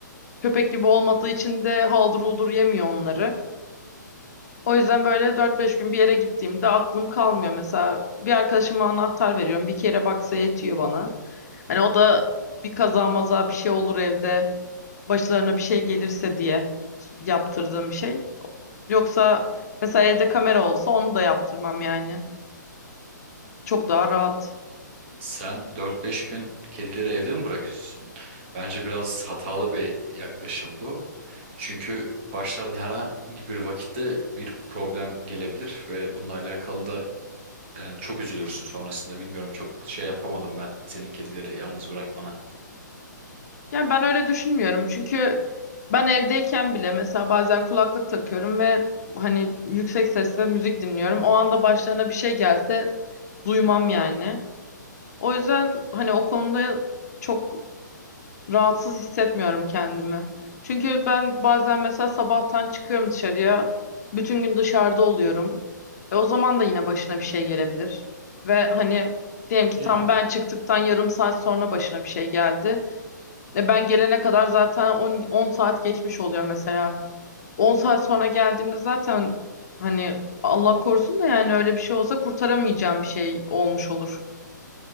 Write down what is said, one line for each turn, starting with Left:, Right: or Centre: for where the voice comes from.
Left: Köpek gibi olmadığı için de haldır uldur yemiyor onları. O yüzden böyle dört beş gün bir yere gittiğimde aklım kalmıyor. Mesela bir arkadaşıma anahtar veriyorum. Bir kere baksa yetiyor bana. Hani o da bir kaza maza bir şey olur evde. Başlarına bir şey gelirse diye yaptırdığım bir şey. Yoksa mesela evde kamera olsa onu da yaptırmam yani. Çok daha rahat.
Right: Sen dört beş gün kedileri evde mi bırakıyorsun? Bence biraz hatalı bir yaklaşım bu. Çünkü başların herhangi bir vakitte bir problem gelebilir ve bununla alakalı da yani çok üzülürsün sonrasında. Bilmiyorum çok şey yapamadım ben senin kedileri yalnız bırakmana.
Left: Yani ben öyle düşünmüyorum. Çünkü ben evdeyken bile mesela bazen kulaklık takıyorum ve hani yüksek sesle müzik dinliyorum. O anda başlarına bir şey gelse duymam yani. O yüzden hani o konuda çok rahatsız hissetmiyorum kendimi. Çünkü ben bazen mesela sabahtan çıkıyorum dışarıya. Bütün gün dışarıda oluyorum. E o zaman da yine başına bir şey gelebilir. Ve hani diyelim ki
Right: Yani
Left: tam ben çıktıktan yarım saat sonra başına bir şey geldi. E ben gelene kadar zaten 10, 10 saat geçmiş oluyor mesela. 10 saat sonra geldiğimde zaten hani Allah korusun da yani öyle bir şey olsa kurtaramayacağım bir şey olmuş olur.